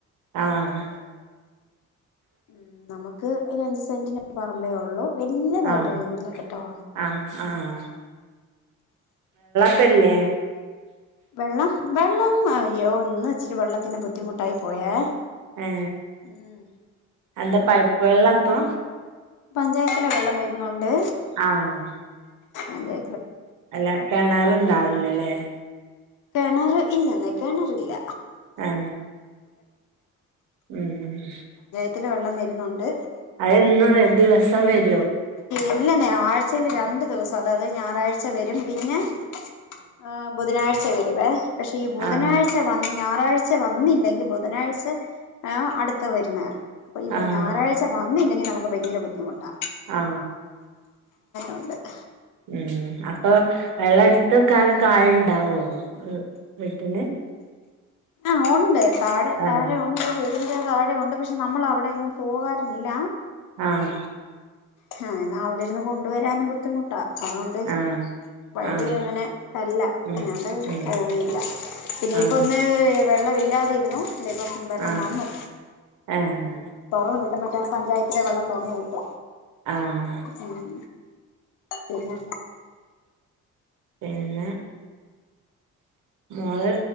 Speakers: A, on the right (about 85°); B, on the left (about 85°).
A: ആഹ്
B: ഉം നമുക്ക് ഒരു അഞ്ചു സെന്റിന് പറമ്പേയുള്ളൂ വല്ല്യതായിട്ട്
A: ആഹ്
B: ഒന്നുമില്ല കേട്ടോ
A: ആഹ് ആഹ് ക്കെല്ലേ
B: വെള്ളം വെള്ളം അയ്യോ ഇന്ന ഇച്ചിരി വെള്ളത്തിന്റെ ബുദ്ധിമുട്ടായി പോയേ
A: ഏ
B: ഉം
A: എന്ത പൈപ്പ് വെള്ളാ അപ്പൊ
B: പഞ്ചായത്തിലെ വെള്ളം വരുന്നുണ്ട്
A: ആഹ്
B: അതെ
A: അല്ല കെണറുണ്ടാവില്ലേ വില്ലേ
B: കെണറ് ഇല്ലെന്നെ കെണറില്ല
A: ഏ ഉം
B: ത്തിൽ വെള്ളം വരുന്നുണ്ട്
A: അതു എന്നും ദിവസം വ
B: ഇല്ലന്നെ ആഴ്ചയിൽ രണ്ടു ദിവസം അതായത് ഞായറാഴ്ച വരും പിന്നെ ആഹ് ബുധനാഴ്ച വരും വേ പക്ഷെ ഈ ബുധനാഴ്ച
A: ആഹ്
B: വന്ന ഞായറാഴ്ച വന്നില്ലെങ്കി ബുധനാഴ്ച ആ അടുത്ത വരുന്ന അപ്പൊ ഇ
A: ആഹ്
B: ഞായറാഴ്ച വന്നില്ലെങ്കിൽ നമു പ്പ ഭയങ്കര ബുദ്ധിമുട്ടാ
A: ആ
B: ഉണ്ട് <inaudible>
A: ഉം അപ്പൊ വെള്ളം എട്ത്ത് വെ ക്കാനൊക്കെ ആളുണ്ടാവോ വീട്ടിൽ
B: ആഹ് ഉണ്ട് താഴെ
A: ആഹ്
B: താഴെയുണ്ട് വീടിൻ്റെ താഴെയുണ്ട് പക്ഷെ നമ്മൾ അവിടെയങ്ങും പോകാറില്ല
A: ആഹ
B: ആഹ എന്ന അവിടെ ഇരുന്ന് കൊണ്ടുവരാനും ബുദ്ധിമുട്ടാ അതുകൊണ്ട്
A: ആഹ്
B: വഴിയ
A: ആഹ്
B: അങ്ങനെ തല്ല
A: ഉം
B: <unintelligible>
A: ഉം
B: ന്നില്ല പിന്നെ
A: ആഹ്
B: ഇപ്പ ഇന്നേ വരേ വെള്ളമില്ലാതിരുന്നു ന്തേ ഇപ്പം വെള്ളം
A: ആഹ്
B: വന്നു
A: ഏഹ്
B: തുറന്ന് ഇപ്പം മറ്റേ ആ പഞ്ചായത്തിലെ വെള്ളം തൊറന്നു വിട്ടു
A: ആഹ്
B: ഉം പിന്നെ
A: പിന്നെ മോള്